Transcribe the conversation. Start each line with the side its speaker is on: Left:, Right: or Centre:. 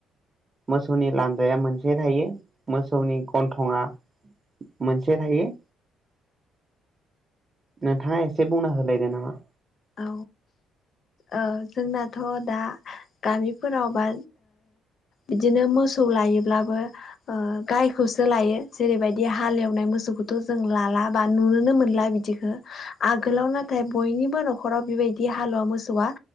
Right: मोसौनि लान्जाया मोनसे थायो मोसौनि गन्थंआ मोनसे थायो नोंथांङा एसे बुंना होलायदो नामा?
Left: औ ओ जोंनाथ' दा गामिफोरावबा बिदिनो मोसौ लायोब्लाबो गायखौसो लायो जेरैबायदि हालेवनाय मोसौखौथ' जों लाला बा नुनोनो मोनला बिदि। बिदिखौ आगोलाव नाथाय बयनिबो न'खराव बेबायदि हालुवा मोसौआ